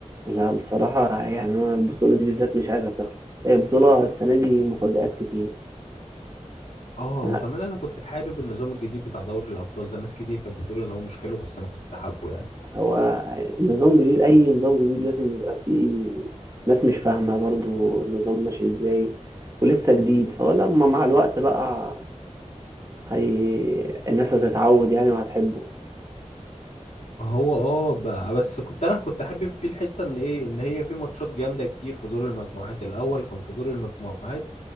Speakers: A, on the right; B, on the left.
A: لا بصراحة يعني أنا البطولة دي بالذات مش عايزها تخلص هي بطولة السنة دي مفاجآت كتير
B: اه
A: يعني
B: وكمان انا كنت حابب النظام الجديد بتاع دوري الابطال ده ناس كتير كانت بتقول ان هو مش حلو بس انا كنت حابه يعني
A: هو النظام جديد أي نظام جديد لازم يبقى فيه ناس مش فاهمة برضو النظام ماشي إزاي ولسه جديد فهو لما مع الوقت بقى هي الناس هتتعود يعني وهتحبه
B: هو اه بقى بس كنت انا كنت حابب فيه الحته ان ايه ان هي في ماتشات جامده كتير في دور المجموعات الاول كان في دور المجموعات